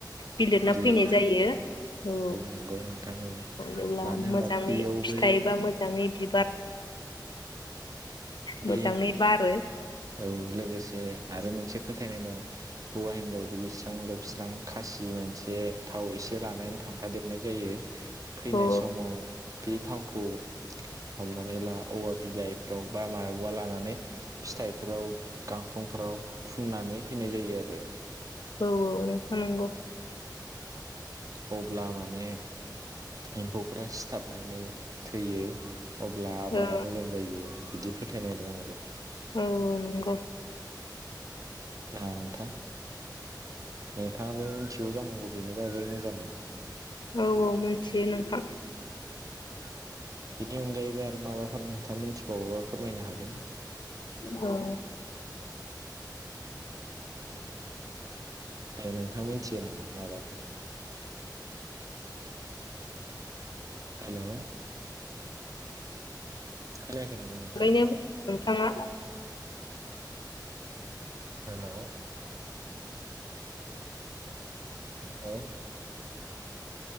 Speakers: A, on the left; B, on the right.
A: बिलिरना
B: बिलिरनानै
A: फैनाय जायो औ
B: नंगौ नोंथां औ
A: जेब्ला
B: मानो होनबा
A: मोजाङै
B: बेयावबो
A: फिथाइबा मोजाङै बिबार
B: बे
A: मोजाङै बारो
B: औ लोगोसे आरो मोनसे फोथायनाय दं हौवा हिनजाव दुगैस्रां लोबस्रां खासि मोनसे थाव एसे लानानै थांफादेरनाय जायो। फैनाय
A: औ
B: समाव बे थावखौ हमनानै ला औवा बिलाइफ्राव बा माबा औवा लानानै फिथाइ फोराव गांखंफोराव फुननानै फैनाय जायो आरो।
A: औ औ नंनायावथनंगौ
B: अब्ला माने एम्फौफोरा सिथाबनानै थैयो अब्ला आबादा
A: औ
B: मोजां जायो बिदि फोथायनाय दं आरो।
A: औ औ नंगौ।
B: ना नोंथां नोंथाङाबो मिथिगौ जानांगौ बेनि बागै मोजाङै
A: औ औ मोनथियो नोंथां
B: बिनि अनगायैबो आरो माबाफोर नोंथाङा मिथिबावोबा फोरमायनो हागोन।
A: औ
B: दे नोंथां मिथियो नामा माबाफोर? हेलौ खोनायाखै नामा नोंथां
A: थारैनो नोंथाङा
B: हेलौ हेलौ